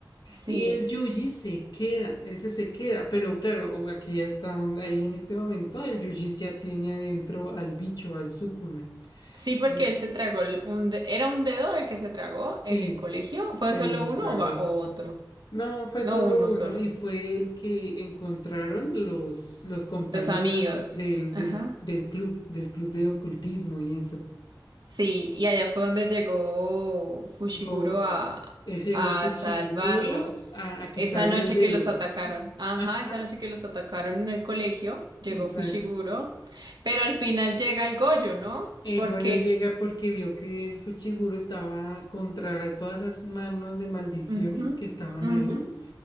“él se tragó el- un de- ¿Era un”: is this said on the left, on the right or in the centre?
Right